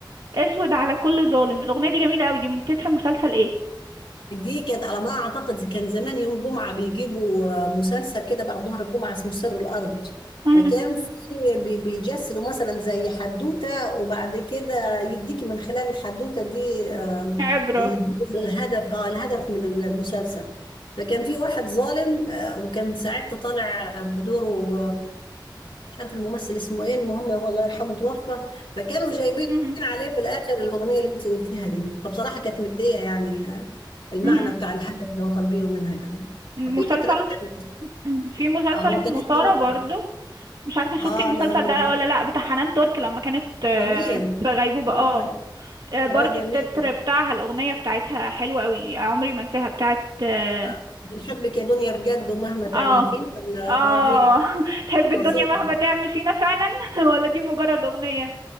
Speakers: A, on the right; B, on the left.
A: اسود على كل ظالم الاغنيه دي جميله قوي دي من تتر مسلسل ايه
B: دي كانت على ما اعتقد كان زمان يوم جمعه بيجيبوا آه، مسلسل كده بعد ظهر الجمعه اسمه سر الارض
A: مم.
B: فكان في بي- بيجسدوا مثلا زي حدوته وبعد كده يديكي من خلال الحدوته دي آم،
A: عبره
B: ال- الهدف اه الهدف من المسلسل فكان في واحد ظالم آه، وكان ساعتها طالع بدوره مش عارف الممثل اسمه ايه المهم هو الله يرحمه توفى فكانوا جايبين
A: مهم.
B: عليه في الاخر الاغنيه اللي انت قلتيها دي فبصراحه كانت مديه يعني آه، المعنى
A: مهم.
B: بتاع الهدف اللي هو كان بينه منها يعني
A: مسلسل
B: ففي تترات حلوه
A: مهم. في مسلسل
B: آه، هو
A: اسمه
B: كان اسمه
A: سارة برضو مش عارفة
B: اه
A: شفتي المسلسل
B: لا هو
A: ده ولا لأ بتاع حنان ترك لما كانت آه،
B: جميل
A: في غيبوبة
B: اه
A: اه آه، برضو
B: آه، جميل
A: التتر بتاعها الأغنية بتاعتها حلوة قوي عمري ما انساها بتاعت اه
B: آه. بنحبك يا دنيا بجد ومهما تعملي
A: اه
B: فينا لا،
A: آه.
B: اه هي
A: <laughs> تحب الدنيا
B: فظيعه
A: مهما تعمل فينا فعلا <laughs> ولا دي مجرد أغنية